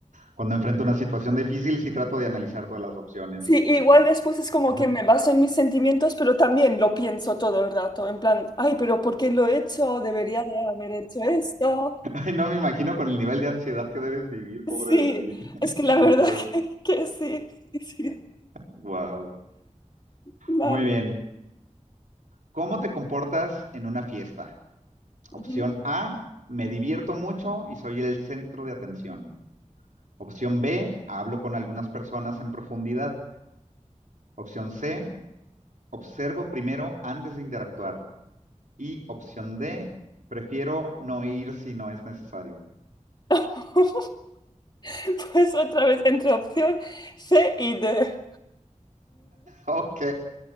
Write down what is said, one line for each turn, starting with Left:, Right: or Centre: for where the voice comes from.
Right: Cuando enfrento una situación difícil, sí trato de analizar todas las opciones
Left: Sí, igual
Right: y...
Left: después es como
Right: <laughs>
Left: que me baso en mis sentimientos, pero también lo pienso todo el rato, en plan, ay, pero ¿por qué lo he hecho? Debería de haber hecho esto.
Right: Ay, no me imagino con el nivel de ansiedad que debes vivir, pobre
Left: Sí,
Right: de ti. <laughs>
Left: es que la verdad
Right: No, pues,
Left: <laughs> que, que sí, sí, sí.
Right: wow.
Left: Vale.
Right: Muy bien. ¿Cómo te comportas en una fiesta? Opción
Left: Ujú.
Right: A, me divierto mucho y soy el centro de atención. Opción B, hablo con algunas personas en profundidad. Opción C, observo primero antes de interactuar. Y opción D, prefiero no ir si no es necesario.
Left: <laughs> Pues otra vez entre opción C y D.
Right: <laughs> Ok,